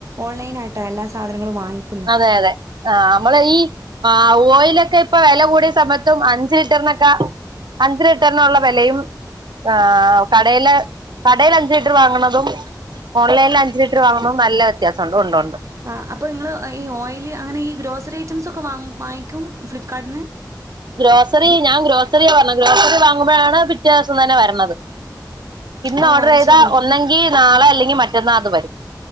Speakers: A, on the right; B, on the right.
A: ഓൺലൈനായിട്ടാ എല്ലാ സാധനങ്ങളും വാങ്ങിക്ക.
B: അതെ അതെ. ആഹ് നമ്മള് ഈ ആ ഓയിലൊക്കെ ഇപ്പ വില കൂടിയ സമയത്തും, അഞ്ച് ലിറ്ററിനൊക്കെ. അഞ്ച് ലിറ്ററിനുള്ള വെലയും. ആഹ് കടേല് കടേല് അഞ്ച് ലിറ്റർ വാങ്ങ്ണതും ഓൺലൈ- അഞ്ച് ലിറ്റർ വാങ്ങണതും നല്ല വ്യത്യാസണ്ട്. ഉണ്ടൊണ്ട്.
A: ആഹ് അപ്പ ഇങ്ങൾ ഈ ഓയില് അങ്ങനെ ഈ ഗ്രോസറി ഐറ്റംസൊക്കെ വാ വാങ്ങിക്കും ഫ്ലിപ്പ്കാർട്ടിന്ന്.
B: ഗ്രോസറി ഞാൻ ഗ്രോസറിയ പറഞ്ഞത്. ഗ്രോസറി വാങ്ങുമ്പോഴാണ് പിറ്റേ ദിവസം തന്നെ വരണത്. ഇന്ന്
A: ഓ
B: ഓർഡർ
A: അത്
B: ചെയ്താ
A: ശെരി
B: ഒന്നെങ്കിൽ നാളെ, അല്ലെങ്കിൽ മറ്റന്നാ അത് വരും.